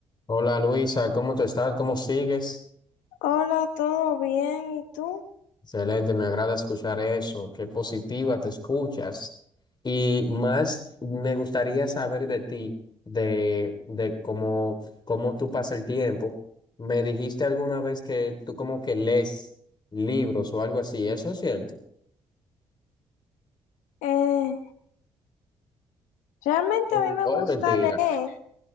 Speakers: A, on the left; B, on the left.
A: Hola Luisa, ¿cómo te estás? ¿Cómo sigues?
B: Hola, ¿todo bien? ¿Y tú?
A: Excelente, me agrada escuchar eso. Qué positiva te escuchas. Y más me gustaría saber de ti, de, de cómo, cómo tú pasas el tiempo. Me dijiste alguna vez que tú como que lees libros o algo así, ¿eso es cierto?
B: Eh, realmente
A: ¿O,
B: a mí me
A: o
B: gusta
A: es mentira?
B: leer.